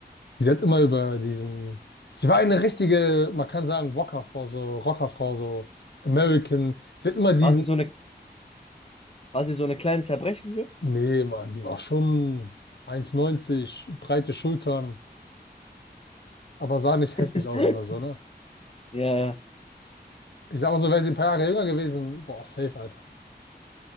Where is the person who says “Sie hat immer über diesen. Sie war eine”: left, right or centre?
Left